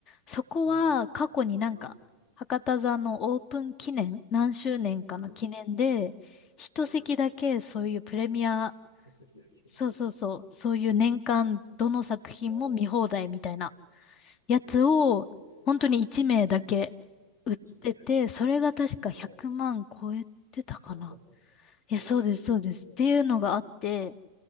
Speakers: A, on the left (about 40°); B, on the left (about 80°).
A: そこは過去になんか、
B: はいはい。うん。
A: 博多座のオープン記念、何周年かの記念で、
B: うん。
A: 一席だけそういうプレミア、
B: うん。戸籍だけ。
A: そうそうそう、
B: <laughs>
A: そういう年間どの作品も見放題みたいな
B: も
A: やつを、
B: う、え
A: 本当に1名だけ
B: え、地名だけ。
A: 出て、それが確か100万超えてたかな。
B: お <laughs>
A: いや、
B: ええ、
A: そうです、そうです。
B: そうなんですね。
A: っていうのがあって、